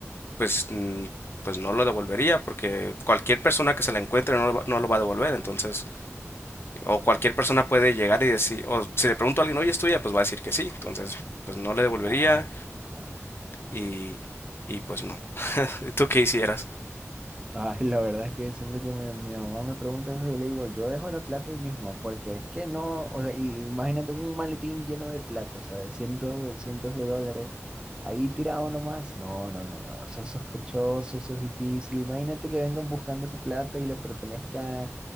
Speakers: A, on the left; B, on the right.
A: pues, mm, pues no lo devolvería, porque cualquier persona que se la encuentre no, lo va- no lo va a devolver, entonces, o cualquier persona puede llegar y decir, o si le pregunto a alguien, oye, es tuya, pues va a decir que sí, entonces, pues no le devolvería
B: Ah, claro.
A: y, y pues no. <laughs> ¿Tú qué hicieras?
B: Ay, la verdad es que siempre que me- mi mamá me pregunta eso, yo le digo, yo dejo la plata ahí misma, porque es que no, o sea, y imagínate un maletín lleno de plata, o sea, de cientos de, cientos de dólares, ahí tirado nomás. No, no, no, no, eso es sospechoso, eso es difícil. Imagínate que vengan buscando esa plata y le pertenezca